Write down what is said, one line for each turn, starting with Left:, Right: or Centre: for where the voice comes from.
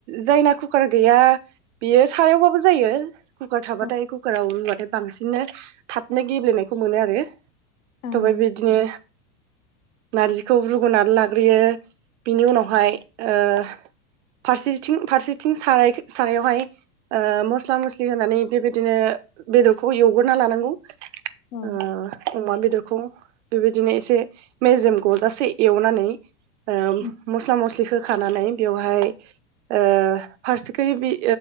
Right: जायना कुकार गैया बियो सायावबाबो जायो। कुका थाबाथाय
Left: औ
Right: कुाराव रुवा बांसिननो थाबनो गेब्लेनायखौ मोनो आरो
Left: ओं
Right: थ बे बिदिनो नारजिखौ रुगनानै लाग्रोयो बिनि उनावहाय ओ फारसेथिं फारसेथिं सारायख सारायावहाय मस्ला मस्लि होनानै बेबायदिनो बेदरखौ एवगोरना लानांगौ। ओ
Left: औ
Right: अमा बेदरखौ बेबायदिनो एसे मेजेम गजासे एवनानै ओम
Left: उम,
Right: मस्ला मस्लि होख खानानै बेवहाय ओ फारसेखै बे